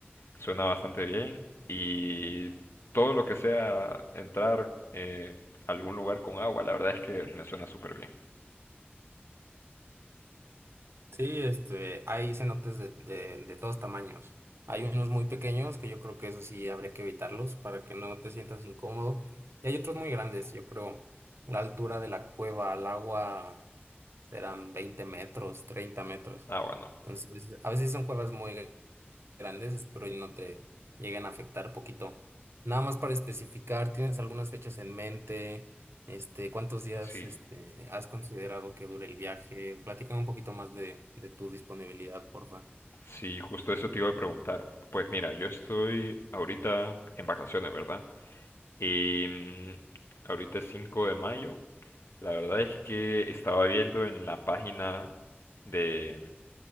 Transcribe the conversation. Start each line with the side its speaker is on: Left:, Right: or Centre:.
Left: suena bastante bien y todo lo que sea entrar eh, a algún lugar con agua, la verdad es que me suena súper bien.
Right: Sí, este, hay cenotes de, de, de todos tamaños. Hay unos muy pequeños que yo creo que eso sí habría que evitarlos para que no te sientas incómodo. Y hay otros muy grandes, yo creo. La altura de la cueva al agua serán 20 metros, treinta metros.
Left: Ah, bueno,
Right: Entonces, a veces son cuevas muy grandes, espero y no te lleguen a afectar poquito. Nada más para especificar, ¿tienes algunas fechas en mente? Este, ¿cuántos días,
Left: sí,
Right: este, has considerado que dure el viaje? Platícame un poquito más de, de tu disponibilidad, porfa.
Left: sí, justo eso te iba a preguntar. Pues mira, yo estoy ahorita en vacaciones, ¿verdad? Y mm, ahorita es 5 de mayo La verdad es que estaba viendo en la página de,